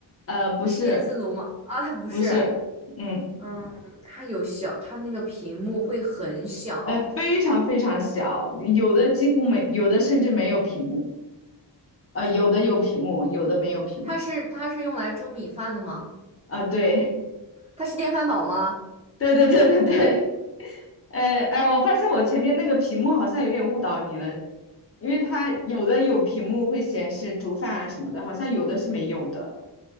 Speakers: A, on the left (about 30°); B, on the right (about 15°).
A: 呃，
B: 它是电磁炉吗？
A: 不是
B: 啊，它不是，
A: 不是，嗯
B: 嗯，它有小，它那个屏幕会很小，
A: 呃，非常非常小，有的几乎没，有的甚至没有屏幕，呃，有的有屏幕，有的没有屏幕。
B: 它是它是用来蒸米饭的吗？
A: 啊，对。
B: 它是电饭煲吗？
A: 对对对对对，呃呃，我发现我前面那个屏幕好像有点误导你了，因为它有的有屏幕会显示煮饭啊什么的，好像有的是没有的。